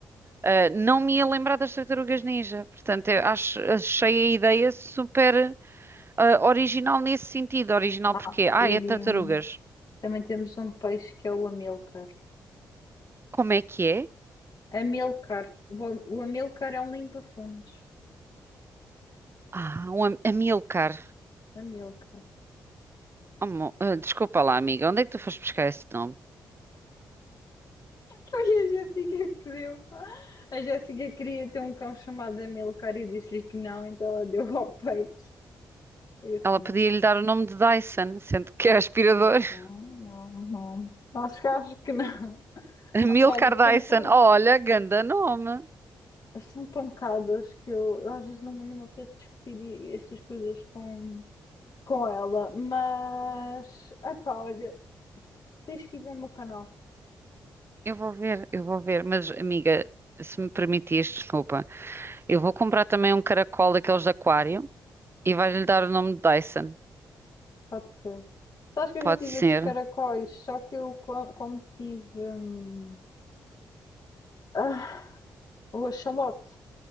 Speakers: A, on the right; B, on the left.
A: Ah, não me ia lembrar das tartarugas ninja. Portanto, eu acho- achei a ideia super ah, original nesse sentido. Original
B: Ah,
A: porque, ah,
B: e
A: é tartarugas.
B: hum, também temos um peixe que é o amilcar.
A: Como é que é?
B: Amilcar. O, am- o amilcar é um limpa-fundos.
A: Ah, um Am- Amilcar.
B: A Milka.
A: Oh, mo- ah, desculpa lá, amiga, onde é que tu foste buscar esse nome?
B: Foi <laughs> a Jéssica que deu. A Jéssica queria ter um cão chamado Amilcar e disse-lhe que não, então ela deu ao peixe. Isso
A: Ela
B: não,
A: podia lhe dar o nome de Dyson, sendo que é aspirador.
B: não
A: <laughs>
B: sei, não, não. Acho que acho que não. <laughs>
A: Amilcar
B: Ah, pá, olha,
A: Dyson.
B: pancada.
A: Olha, ganda nome.
B: São pancadas que eu, eu às vezes não, não me apetece discutir estas coisas com, com ela, mas. Ah, pá, olha, tens que ir ver o meu canal,
A: Eu vou ver, eu vou ver. Mas, amiga, se me permitires, desculpa. Eu vou comprar também um caracol daqueles de aquário e vai-lhe dar o nome de Dyson.
B: pode ser. Sabes que eu
A: Pode
B: já tive
A: ser.
B: esses caracóis, só que eu, co- como tive. hum, Ah, o axolote,